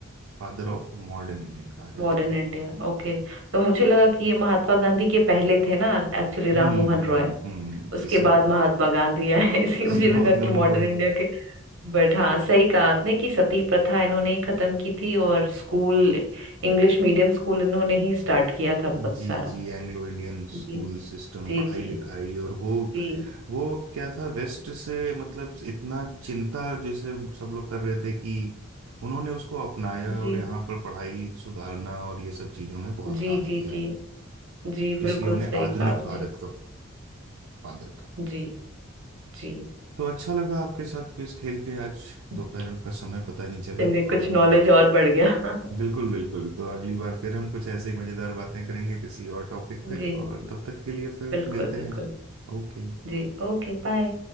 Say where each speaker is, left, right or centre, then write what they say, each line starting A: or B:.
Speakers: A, on the right; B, on the right.
A: फादर ऑफ मॉडर्न इंडियन कहा जाता
B: Modern
A: है
B: India okay तो मुझे लगा कि ये महात्मा गांधी के पहले थे ना एक्चुअली राम
A: हम्म
B: मोहन
A: हम्म
B: रॉय
A: हम्म
B: उसके
A: इसीलिए
B: बाद महात्मा गांधी आए <laughs> इसलिए
A: जी
B: मुझे लगा
A: बहुत
B: कि
A: लोगों
B: मॉडर्न
A: को
B: इंडिया के बट हाँ सही कहा आपने कि सती प्रथा इन्होंने ही खत्म की थी और स्कूल इंग्लिश मीडियम स्कूल इन्होंने ही स्टार्ट किया था बहुत
A: जी
B: सारा
A: जी एंग्लो इंडियन स्कूल
B: जी
A: सिस्टम
B: जी
A: पढ़ाई
B: जी
A: लिखाई और वो
B: जी
A: वो क्या था वेस्ट से मतलब इतना चिंता जैसे सब लोग कर रहे थे कि उन्होंने उसको अपनाया
B: जी
A: और यहाँ पर पढ़ाई सुधारना और ये सब चीजों में बहुत
B: जी
A: काम
B: जी
A: किया
B: जी जी बिल्कुल
A: इसलिए उन्हें
B: सही
A: आधुनिक
B: कहा आपने
A: भारत का फादर कहा
B: जी जी
A: तो अच्छा लगा आपके साथ क्विज खेल के आज
B: <laughs>
A: दोपहर का समय पता नहीं चला
B: चलिए कुछ
A: और
B: नॉलेज और बढ़ गया <laughs>
A: बिल्कुल बिल्कुल तो अगली बार फिर हम कुछ ऐसे ही मजेदार बातें करेंगे किसी और टॉपिक पे
B: जी
A: और
B: जी
A: तब तक के लिए फिर
B: बिल्कुल
A: मिलते
B: बिल्कुल
A: हैं ओके
B: जी ओके बाय